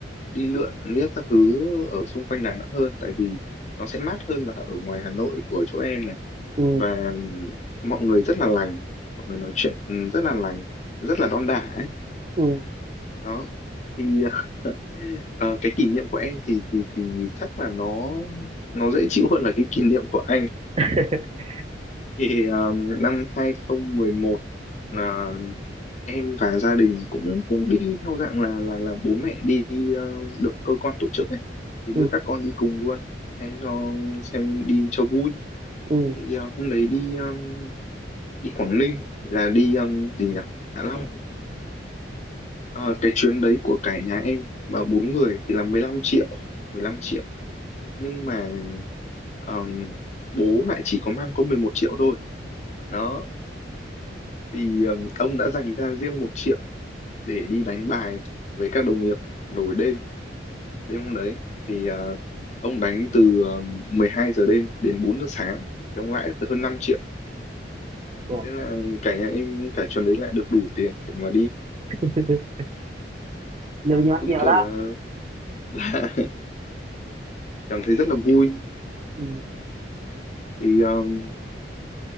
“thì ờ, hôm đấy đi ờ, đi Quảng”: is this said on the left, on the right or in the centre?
Left